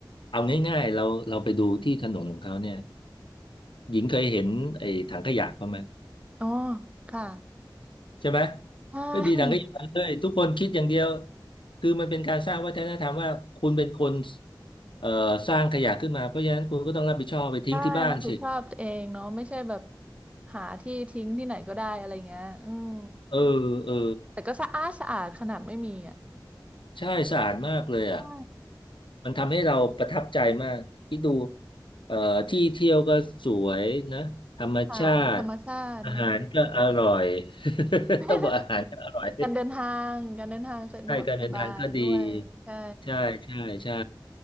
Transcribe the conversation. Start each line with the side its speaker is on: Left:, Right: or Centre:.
Left: เอาง่ายๆเราเราไปดูที่ถนนของเขาเนี่ยหญิงเคยเห็นไอ้ถังขยะเขางไหม
Right: อ๋อ ค่ะ
Left: ใช่ไหม
Right: ใช่
Left: ไม่มีถังขยะเลยทุกคนคิดอย่างเดียวคือมันเป็นการสร้างวัฒนธรรมว่าคุณเป็นคนเอ่อสร้างขยะขึ้นมาเพราะฉะนั้นคุณก็ต้องรับผิดชอบไปทิ้งที่บ้านสิ
Right: ใช่รับผิดชอบตัวเองเนาะไม่ใช่แบบหาที่ทิ้งที่ไหนก็ได้อะไรเงี้ยอืม
Left: เออเออ
Right: แต่ก็สะอาดสะอาดขนาดไม่มีอ่ะ
Left: ใช่สะอาดมากเลยอ่ะ
Right: ใช่
Left: มันทำให้เราประทับใจมากที่ดูเอ่อที่เที่ยวก็สวยนะธรรมชาติ
Right: ค่ะธรรมชาติเนาะ
Left: อาหารก็อร่อย
Right: <laughs>
Left: <laughs> ต้องบอกอาหารก็อร่อย
Right: การเดินทางการเดินทางสะดวกสบายด้วยใช่
Left: ใช่การเดินทางก็ดีใช่ใช่ใช่